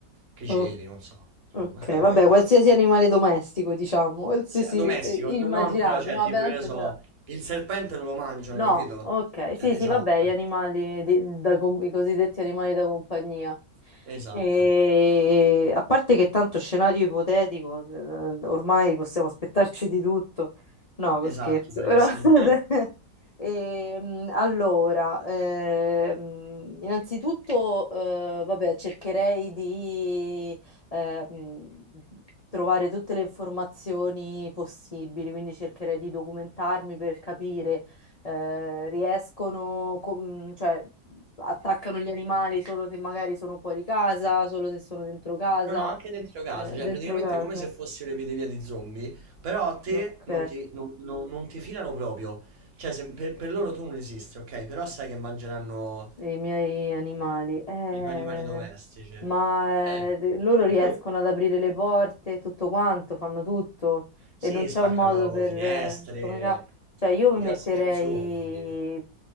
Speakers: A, on the right (about 45°); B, on the left (about 80°).
A: criceti,
B: O-
A: non so, insomma.
B: ok,
A: <laughs>
B: vabbè, qualsiasi animale domestico, diciamo, qualsiasi
A: Se- Domestico,
B: eh, immaginabile.
A: no- non però, cioè,
B: No,
A: tipo
B: vabbè, tanto
A: che ne so,
B: ce l'ho.
A: il serpente non lo mangiano,
B: No,
A: capito?
B: ok,
A: Cioè,
B: sì, sì,
A: esatto,
B: vabbè, gli animali, di- da com- i cosiddetti animali da compagnia.
A: esatto,
B: E a parte che tanto scenario ipotetico, eh, ormai possiamo aspettarci di tutto. No,
A: esatto,
B: scherzo,
A: bravissimo.
B: però <laughs>
A: <laughs>
B: Ehm, allora, ehm, innanzitutto, eh, vabbè, cercherei di ehm, trovare tutte le informazioni possibili, quindi cercherei di documentarmi per capire, eh, riescono, com- cioè, attaccano gli animali solo se magari sono fuori casa, solo se sono dentro casa,
A: No, no, anche dentro casa,
B: eh,
A: cioè
B: dentro
A: praticamente
B: casa.
A: come se fossi un'epidemia di zombie, però a te
B: Ok.
A: non ti, non- non- non ti filano proprio, cioè se- per, per loro tu non esisti, ok? Però sai che mangeranno
B: i miei animali. Eh,
A: i tuoi animali domestici. Eh.
B: ma eh, loro
A: <laughs>
B: riescono ad aprire le porte, tutto quanto, fanno tutto
A: Sì,
B: e non c'è
A: spaccano
B: un modo per...
A: finestre,
B: eh, Come ca- Cioè io mi
A: i
B: metterei...
A: classici zombie.